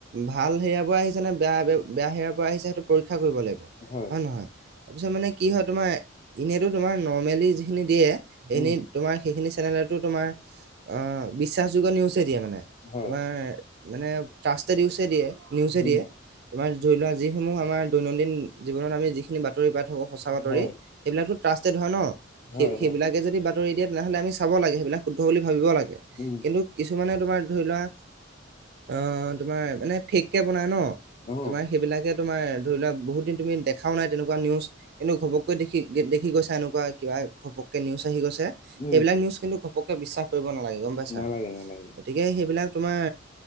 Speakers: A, on the right (about 55°); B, on the left (about 30°).
A: ভাল হেৰিয়াৰ পৰা আহিছে নে বেয়া বেয়া হেৰিয়াৰ পৰা আহিছে সেইটো পৰীক্ষা কৰিব লাগিব।
B: হয়।
A: নহয়, তাৰপিছত মানে কি হয় তোমাৰ? এনেইতো তোমাৰ নৰ্মেলি যিখিনি দিয়ে, সখিন
B: উম,
A: তোমাৰ সেইখিন চেনেলতো তোমাৰ অ' বিশ্বাসযোগ্য নিউজে দিয়ে মানে,।
B: হয়,
A: তোমাৰ মানে ট্ৰাস্তেদ ইউজ হে দিয়ে, নিউজে
B: উম,
A: দিয়ে। তোমাৰ ধৰি লোৱা যিসমূহ আমাৰ দৈনন্দিন জীৱনত আমি যিখিনি বাতৰি পাই থাকো সঁচা বাতৰি।
B: হয়,
A: এইবিলাকতো ট্ৰাষ্টেড হয় ন'?
B: হয়,
A: সেই, সেইবিলাকে
B: হয়।
A: যদি বাতৰি দিয়ে, তেনেহ'লে আমি চাব লাগে সেইবিলাক শুদ্ধ বুলি ভাবিব লাগে।
B: উম।
A: কিন্তু কিছুমানে তোমাৰ ধৰি লোৱা অ', তোমাৰ মানে ফেককে বনাই ন'!
B: অ',
A: তোমাৰ সেইবিলাকে তোমাৰ ধৰি লোৱা বহুত দিন তুমি দেখাও নাই তেনেকুৱা নিউজ। কিন্তু ঘপককৈ দেখি, দেখি গৈছে এনেকুৱা কিবা ঘপককৈ নিউজ আহি গৈছে। সেইবিলাক
B: উম,
A: নিউজ কিন্তু ঘপকে বিশ্বাস কৰিব নালাগে গ'ম পাইছা।
B: নালাগে নালাগে।
A: গতিকে সেইবিলাক তোমাৰ।